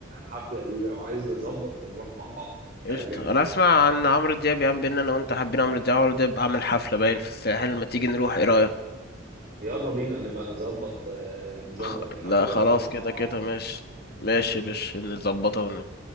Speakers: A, on the right; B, on the left.
A: حفلة دي لو عايز نظبط ونروح مع بعض هتعجبك
B: قشطة انا اسمع عن عمرو دياب يا عم بينا انا وانت حابين عمرو دياب عمرو دياب عامل حفلة باين في الساحل ما تيجي نروح ايه رأيك
A: يلا بينا نبقى نظبط آه، نظبط
B: خ-
A: حفلة
B: لا خلاص
A: ونروح مع
B: كده كده
A: بعض
B: ماشي ماشي باش نظبطها ون-